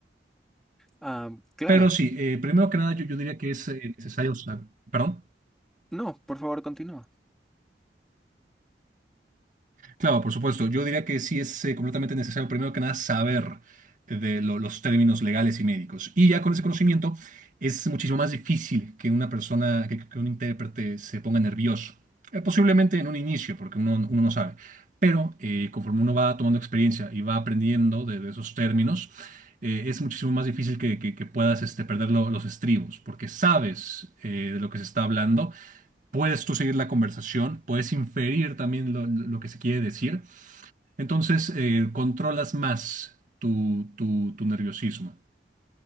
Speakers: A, in the centre; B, on the right.
A: Ah, claro.
B: Pero sí, eh, primero que nada, yo, yo diría que es eh, necesario saber. ¿Perdón?
A: No, por favor, continúa.
B: Claro, por supuesto. Yo diría que sí es eh, completamente necesario, primero que nada, saber de lo- los términos legales y médicos. Y ya con ese conocimiento es muchísimo más difícil que una persona, que, que un intérprete se ponga nervioso. Eh, posiblemente en un inicio, porque uno, uno no sabe. Pero eh, conforme uno va tomando experiencia y va aprendiendo de, de esos términos, eh, es muchísimo más difícil que, que- que puedas este, perder lo- los estribos, porque sabes eh, de lo que se está hablando Puedes tú seguir la conversación, puedes inferir también lo, lo que se quiere decir. Entonces, eh, controlas más tu, tu, tu nerviosismo.